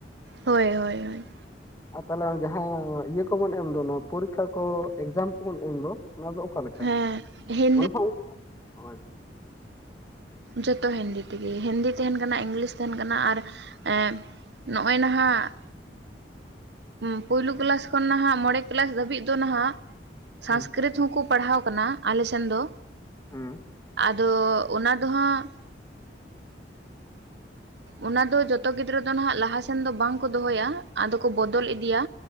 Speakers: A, on the right; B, on the left.
A: ᱦᱳᱭ ᱦᱳᱭ ᱦᱳᱭ᱾
B: <inaudible> ᱟᱨ ᱛᱟᱦᱚᱞᱮ ᱡᱟᱦᱟᱸ ᱤᱭᱟᱹ ᱠᱚᱵᱚᱱ ᱮᱢ ᱫᱚ, ᱱᱚᱣᱟ ᱯᱚᱨᱤᱠᱠᱷᱟ ᱠᱚ ᱮᱠᱡᱟᱢ ᱠᱚᱵᱚᱱ ᱮᱢ ᱫᱚ ᱚᱱᱟ ᱫᱚ? ᱚᱠᱟ ᱞᱮᱠᱟ?
A: ᱦᱮᱸ, ᱦᱤ
B: ᱚᱱᱟ ᱦᱚᱸ ᱚᱝᱠᱟ? ᱦᱳᱭ᱾
A: ᱡᱚᱛᱚ ᱦᱤᱱᱫᱤ ᱛᱮᱜᱮ, ᱦᱤᱱᱫᱤ ᱛᱟᱦᱮᱸᱱ ᱠᱟᱱᱟ, ᱤᱝᱞᱤᱥ ᱛᱟᱦᱮᱸᱱ ᱠᱟᱱᱟ ᱟᱨ ᱮᱸ ᱱᱚᱜᱼᱚᱭ ᱱᱟᱦᱟᱜ ᱦᱩᱸ ᱯᱩᱭᱞᱩ ᱠᱮᱞᱟᱥ ᱠᱷᱚᱱ ᱱᱟᱦᱟᱜ ᱢᱚᱬᱮ ᱠᱮᱞᱟᱥ ᱫᱷᱟᱹᱵᱤᱡ ᱫᱚ ᱱᱟᱦᱟᱜ ᱥᱚᱝᱥᱠᱨᱤᱛ
B: ᱦᱮᱸ
A: ᱪᱷᱩ ᱦᱚᱸᱠᱚ ᱯᱟᱲᱦᱟᱣ ᱟᱠᱟᱱᱟ ᱟᱞᱮ ᱥᱮᱱ ᱫᱚ᱾
B: ᱦᱩᱸ
A: ᱟᱫᱚ ᱚᱱᱟ ᱫᱚ ᱦᱟᱸᱜ ᱚᱱᱟ ᱫᱚ ᱡᱚᱛᱚ ᱜᱤᱫᱽᱨᱟᱹ ᱫᱚ ᱱᱟᱦᱟᱜ ᱞᱟᱦᱟᱥᱮᱱ ᱫᱚ ᱵᱟᱝ ᱠᱚ ᱫᱚᱦᱚᱭᱟ᱾ ᱟᱫᱚ ᱠᱚ ᱵᱚᱫᱚᱞ ᱤᱫᱤᱭᱟ᱾